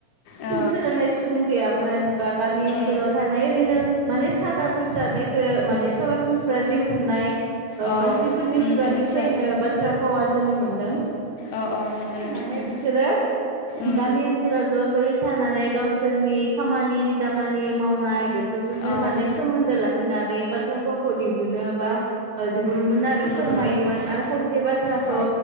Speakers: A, on the left; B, on the right.
A: औ
B: सोलोंनाय सुबुं गैयामोन बा गामि ओनसोलाव
A: उम
B: थानाय ओरैनो माने सादा बुजा जायखौ माने सरासनस्रा जिउ खुंनाय ओ
A: अ
B: मानसिफोरनि
A: उम
B: खुगानिफ्रायनो
A: आतसा
B: बाथ्रा फावा जोनोम मोनदों
A: अ अ नंगौ नंगौ
B: माने
A: उम
B: बिसोरो
A: उम
B: गामि ओनसोलाव ज' ज'यै थानानै गावसोरनि खामानि दामानि मावनाय बेफोर जोंनो
A: अ
B: माने सोमोन्दो लाखिनानै बाथ्रा फावखौ दिहुनो बा ओ दिहुनोमोन आरो
A: उम
B: फोरमायोमोन आरो खायसे बाथ्राखौ
A: अ